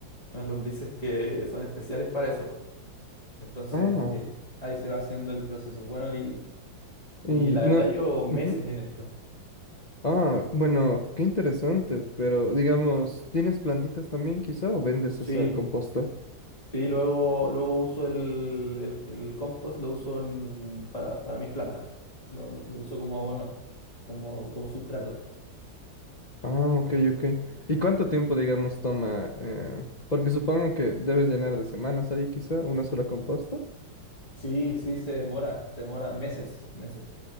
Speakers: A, on the left; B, on the left.
A: unas lombrices que son especiales para eso. Entonces,
B: Ah,
A: eh, ahí se va haciendo el proceso. Bueno, y, y
B: y
A: la
B: no.
A: verdad llevo meses
B: ujú.
A: en esto.
B: Ah, bueno, qué interesante, pero digamos, ¿tienes plantitas también quizá o vendes
A: Sí,
B: esa composta?
A: sí, luego, luego uso el, el- el compost, lo uso en- para, para mis plantas. Lo, lo- lo uso como abono, como, como sustrato.
B: Ah, ok, ok. ¿Y cuánto tiempo, digamos, toma? eh, porque supongo que debes llenar de semanas ahí quizá una sola composta.
A: Sí, sí, se demora, se demora meses, meses.